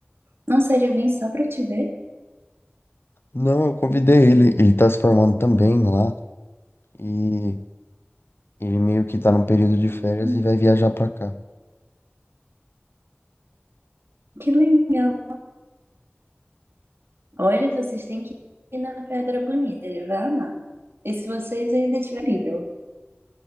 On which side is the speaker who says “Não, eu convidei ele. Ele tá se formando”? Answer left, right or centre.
Left